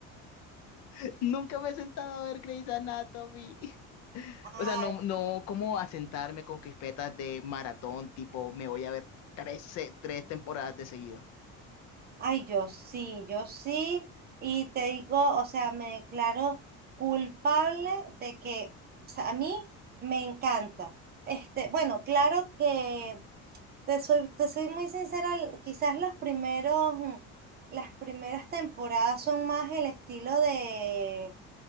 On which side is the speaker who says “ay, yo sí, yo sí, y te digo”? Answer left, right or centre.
Right